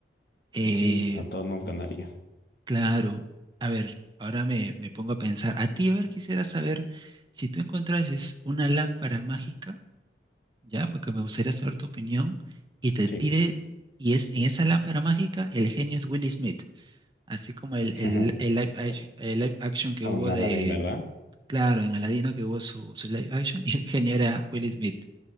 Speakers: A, on the right (about 25°); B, on the left (about 55°).
A: Eh,
B: sí, a todos nos ganaría.
A: Claro, a ver, ahora me, me pongo a pensar, a ti, a ver, quisiera saber si tú encontrases una lámpara mágica, ya, porque me gustaría saber tu opinión, y te
B: Sí,
A: pide, y es en esa lámpara mágica, el genio es Will Smith, así como el,
B: <laughs>
A: el, el live, ac-
B: Co-
A: el live action que
B: como
A: hubo
B: una
A: de,
B: Aladdin, ¿verdad?
A: claro, en Aladino que hubo su, su live action, <laughs> y el genio era Will Smith.